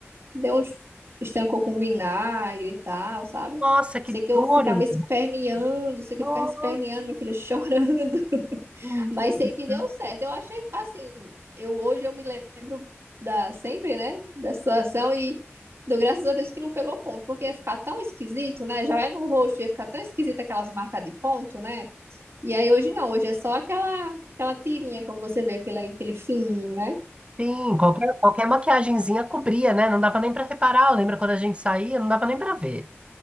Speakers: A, on the right; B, on the right.
A: Deu uns estancou com vinagre e tal, sabe?
B: Nossa, que
A: Sei que eu
B: dor,
A: ficava
B: Elô.
A: esperneando, sei
B: Nossa,
A: que eu ficava esperneando, minha filha chorando, <laughs>
B: menina.
A: mas sei
B: do céu.
A: que deu certo. Eu achei assim, eu hoje eu me lembro da sempre, né, da situação e dou graças a Deus que não pegou ponto, porque ia ficar tão esquisito, né? Já é no rosto, ia ficar tão esquisito aquelas marcas de ponto, né? E aí hoje não, hoje é só aquela aquela tirinha, como você vê, aquele aquele fininho, né?
B: Sim, qualquer, qualquer maquiagenzinha cobria, né? Não dava nem pra reparar. Lembra quando a gente saía? Não dava nem pra ver.